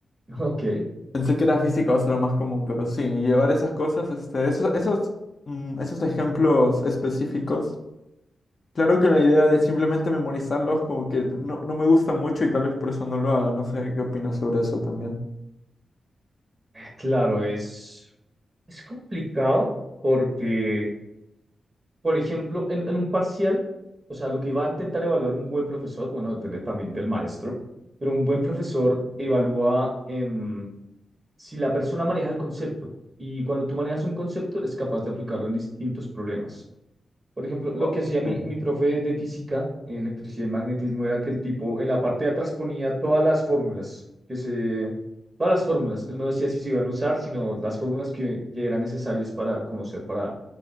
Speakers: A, on the right (about 40°); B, on the left (about 50°).
A: <laughs> Ok.
B: Pensé que era física 2 era más común, pero sí, llevar esas cosas, este, esos, esos, mm, esos ejemplos específicos. Claro que la idea de simplemente memorizarlos como que no, no me gusta mucho y tal vez por eso no lo haga. No sé qué opinas sobre eso también.
A: Claro, es, es complicado porque, por ejemplo, en, en un parcial, o sea, lo que va a intentar evaluar un buen profesor, bueno, depende también del maestro, pero un buen profesor evalúa em, si la persona maneja el concepto. Y cuando tú manejas un concepto, eres capaz de aplicarlo en distintos problemas. Por ejemplo, lo
B: Oh,
A: que hacía mi,
B: sí.
A: mi profe de física, eh, electricidad y magnetismo, era que el tipo en la parte de atrás ponía todas las fórmulas que se, todas las fórmulas. Él no decía si se iban a usar, sino las fórmulas que, que eran necesarias para conocer, para,